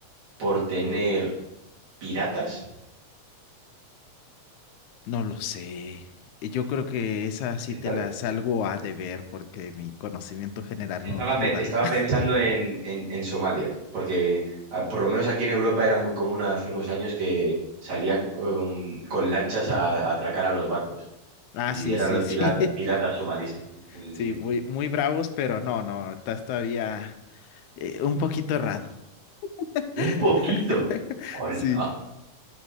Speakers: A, on the right; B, on the left.
A: por tener piratas?
B: No lo sé. Yo creo que esa sí
A: Esta-
B: te la salgo a deber porque mi conocimiento general
A: estaba,
B: no, no
A: pe-
B: da.
A: estaba
B: <laughs>
A: pensando en, en- en Somalia, porque ah, por lo menos aquí en Europa era muy común hace unos años que salían um, con lanchas a, a atracar a los barcos
B: Ah,
A: y
B: sí,
A: eran
B: sí,
A: los
B: sí.
A: pirata- piratas somalíes. Entonces,
B: <laughs> Sí,
A: sí.
B: muy, muy bravos, pero no, no, estás todavía eh, un poquito errado. <laughs>
A: Un poquito. Hola.
B: Sí.